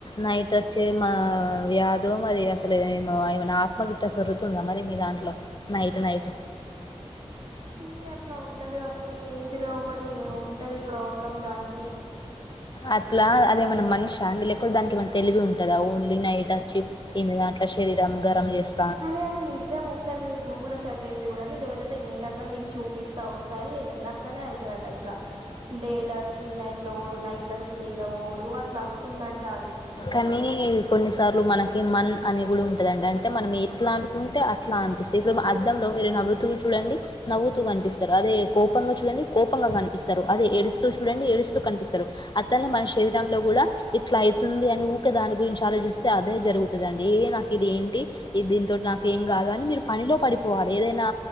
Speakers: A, on the left; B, on the right.
A: నైట్ వచ్చే మా వ్యాధో మరి అసలు ఏమో ఏమన ఆత్మగి అట్ట సొరుతుందా మరి మీ దాంట్లో నైటు నైటు
B: చి అట్లా ఉండదు అది ఏంటిదో ఒకటి ఉంటది ప్రాబ్లం దానికి
A: అట్లా అదే మన మనిషా శాంతి లేకపోతే దానికి మన తెలివి ఉంటందా ఓన్లీ నైట్ వచ్చి ఈమె దాంట్లో శరీరం గరం చేస్త్
B: అరే అది నిజము ఒకసారి మీరు గూగుల్లో సెర్చ్ చేసి చూడండి లేదంటే నేనన్నా మీకు చూపిస్తా ఒకసారి ఎంత అట్లనే అయితది అట ఇట్లా డే లో వచ్చి నైట్ లో ఓడు నైట్ల వచ్చి డేలో ఓడు అట్లా వస్తుందంట అది ఏందో
A: కానీ
B: మరి
A: కొన్నిసార్లు మనకి మన్ అని కూడా ఉంటదండి అంటే మనం ఎట్లా అంటికు అంటే అట్లా అనిపిస్తుంది ఇప్పుడు మా అద్ధంలో మీరు నవ్వుతూ చూడండి నవ్వుతూ కనిపిస్తర అదే కోపంగా చూడండి కోపంగా కనిపి స్తారు అదే ఏడుస్తూ చూడండి ఏడుస్తూ కనిపిస్తారు అట్లనే మన శరీరంలో కూడా ఇట్లా అయితుంది అని ఊకే దాని గురించి ఆలోచిస్తే అదే జరుగుతది అండి ఏ నాకు ఇది ఏంటి ఈ దీనితో నాక ఏం కాదు అని మీరు పనిలో పడిపోవాలి ఏదైనా